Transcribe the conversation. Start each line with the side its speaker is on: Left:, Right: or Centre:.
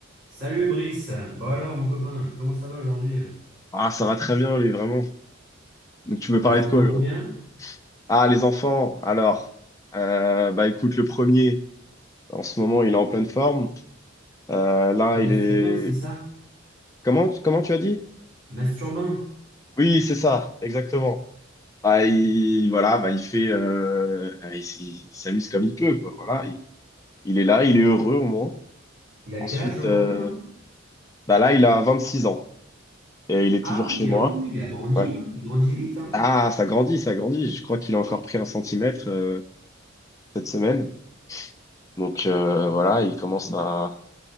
Right: Salut Brice, bon alors mon copain, comment ça va aujourd'hui?
Left: Ah, ça va très bien, lui, vraiment. Donc, tu veux
Right: Les
Left: parler
Right: enfants
Left: de quoi? Hugo
Right: vont bien?
Left: Ah, les enfants. Alors, euh, bah, écoute, le premier, en ce moment, il est en pleine forme. Euh, là,
Right: C'est Masturbin,
Left: il est.
Right: c'est ça?
Left: Comment, comment tu as dit?
Right: Masturbin,
Left: Oui, c'est ça, exactement. Bah, il, voilà, bah, il fait, euh, il, s- il s'amuse comme il peut, quoi. Voilà, il, il est là, il est heureux au moins.
Right: il a
Left: Ensuite,
Right: quel âge aujourd'hui
Left: euh,
Right: là?
Left: bah là, il a 26 ans et il est
Right: Ah
Left: toujours
Right: oui,
Left: chez moi.
Right: ah oui, oui, il a grandi,
Left: Ouais.
Right: hein. Il grandit vite, hein.
Left: Ah, ça grandit, ça grandit. Je crois qu'il a encore pris un centimètre, euh, cette semaine. Donc euh, voilà, il commence à...